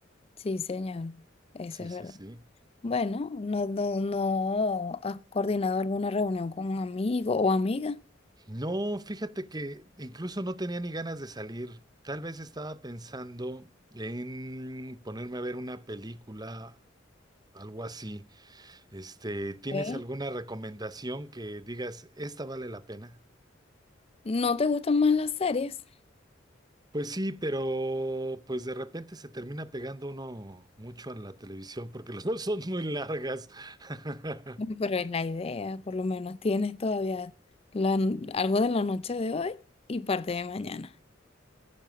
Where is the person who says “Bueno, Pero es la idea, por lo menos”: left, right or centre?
Left